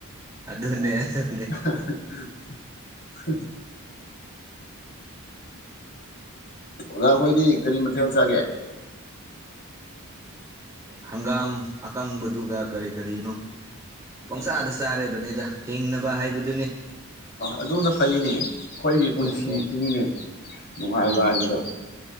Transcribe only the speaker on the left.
<unintelligible> ꯑꯣꯖꯥꯈꯣꯏꯗꯤ ꯀꯔꯤ ꯃꯊꯦꯜ ꯆꯥꯒꯦ
ꯑꯣ
ꯑꯗꯨꯅ ꯐꯩꯅꯦ ꯑꯩꯈꯣꯏꯒꯤ
ꯄꯨꯟꯁꯤꯁꯤꯅꯤꯅꯦ
ꯅꯨꯡꯉꯥꯏꯕ
ꯍꯥꯏꯕꯗꯣ